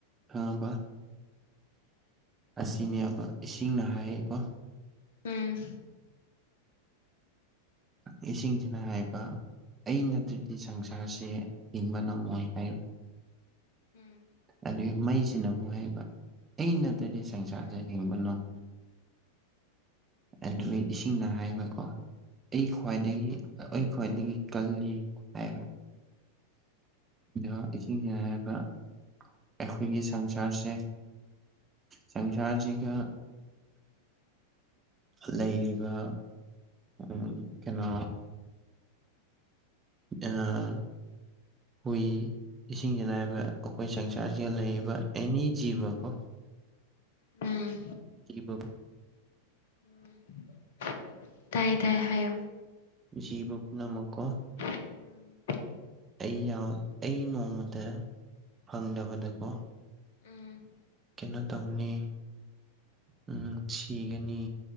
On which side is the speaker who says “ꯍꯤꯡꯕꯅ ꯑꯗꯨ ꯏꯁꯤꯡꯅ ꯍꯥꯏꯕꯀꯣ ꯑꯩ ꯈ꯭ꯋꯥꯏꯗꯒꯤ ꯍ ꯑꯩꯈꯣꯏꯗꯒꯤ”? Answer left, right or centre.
Right